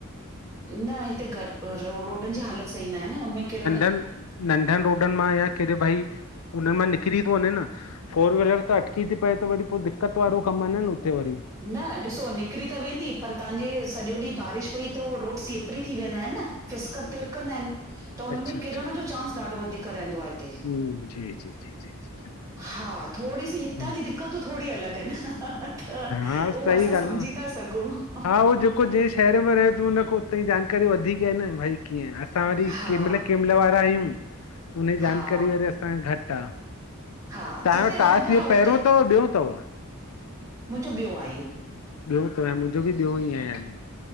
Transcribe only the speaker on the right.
न हिते गॾ रोडनि जी हालति सही ना हे न हुनमें किरण
न ॾिसो निकिरी त वेंदी पर तहांजे सॼो ॾींहुं बारिश पई त ओ रोड स्लिपरी थी वेंदा हिनि न फिसक तिरकंदा हिनि त
हुन में
किरण जो चांस ॾाढो वधीक रहंदो आ हिते।
हा थोड़ी सी हितां
जी दिक्क़तयूं थोड़ी अलॻि आहिनि ह ह ह। उहो
असां
सम्झी
ता सघूं ह
ह
ह।
हा
हा
हा
जिते
रहिबो
आहे
मुंजों ॿियों आ इह्यो।